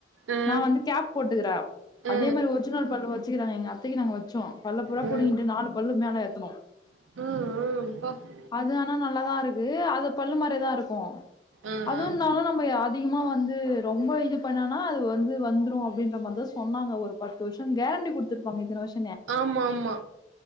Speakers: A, on the right; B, on the left.
A: ஆ ம்
B: நா வந்து கேப் போட்டுக்கிறே
A: ம்
B: அதே மாரி ஒரிஜினல் பல்லு வச்சுக்கிறேங்க எங்க அத்தைக்கு நாங்க வச்சோ பல்ல பூரா
A: ம்
B: புடுங்கிட்டு நாலு பல்லு மேல ஏத்தணோ
A: ம் ம் ப
B: அது ஆனா நல்லாதா இருக்கு அது பல்லு மாரி தா இருக்கு
A: ம்
B: அதுவு
A: ம்
B: இருந்தாலு நம்ம அதிகமா வந்து ரொம்ப இது பண்ணனா அது வந்து வந்துரு அப்படின்ற மாரி தா சொன்னாங்க ஒரு பத்து வருஷ கேரண்டி குடுத்துருப்பாங்க இத்தனை வருஷ
A: ஆமா ஆமா